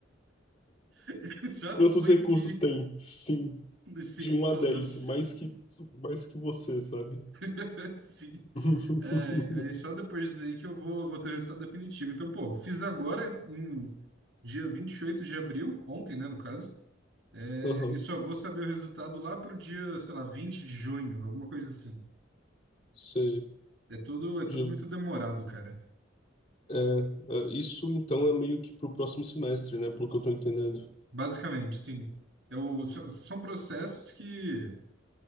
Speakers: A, on the right; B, on the left.
A: <laughs> Só
B: Quantos
A: depois
B: recursos
A: que.
B: tem? Sim,
A: Sim,
B: de um a
A: todos.
B: 10 mais que, mais que você, sabe?
A: <laughs> Sim.
B: <laughs>
A: É, aí só depois disso aí que eu vou, vou ter o resultado definitivo. Então, pô, fiz agora, em dia 28 de abril, ontem, né, no caso, é,
B: Aham,
A: e só vou saber o resultado lá pro dia, sei lá, 20 de junho, alguma coisa assim.
B: sei.
A: É tudo, é tudo
B: Já-
A: muito demorado, cara.
B: é, é, isso então é meio que pro próximo semestre, né, pelo que eu tô entendendo.
A: Basicamente, sim. É o- são são processos que